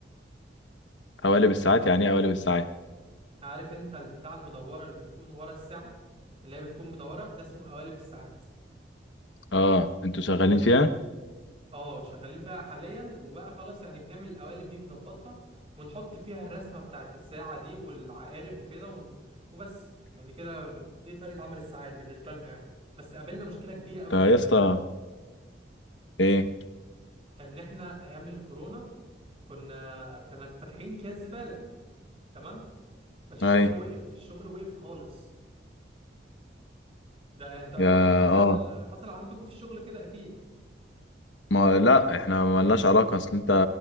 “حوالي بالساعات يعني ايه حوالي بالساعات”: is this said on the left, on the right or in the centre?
Left